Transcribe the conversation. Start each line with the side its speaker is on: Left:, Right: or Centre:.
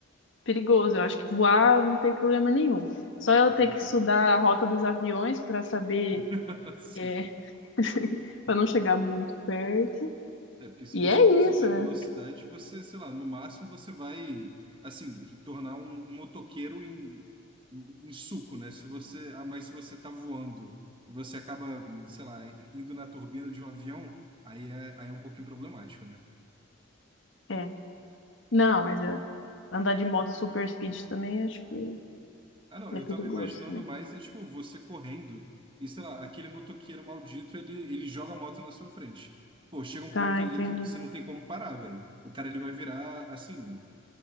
Left: perigoso. Eu acho que voar não tem problema nenhum. Só eu
Right: É
Left: ter
Right: verdade.
Left: que estudar a rota dos aviões para saber.
Right: <laughs> Sim.
Left: É, <laughs> para não chegar muito perto.
Right: É, porque se
Left: E
Right: você
Left: é
Right: tem super
Left: isso, né?
Right: velocidade, você, sei lá, no máximo você vai, assim, te tornar um, um motoqueiro em, em, em suco, né? Se você, ah, mas se você tá voando e você acaba, sei lá, indo na turbina de um avião, aí é, aí é um pouquinho problemático, né?
Left: É. Não, mas é, andar de moto super speed também acho que
Right: Ah, não,
Left: é
Right: eu
Left: perigoso
Right: tava imaginando
Left: também.
Right: mais, é, tipo, você correndo e, sei lá, aquele motoqueiro maldito, ele, ele joga a moto na sua frente. Pô, chega um
Left: Tá,
Right: ponto ali
Left: entendi.
Right: que você não tem como parar, velho. O cara, ele vai virar, assim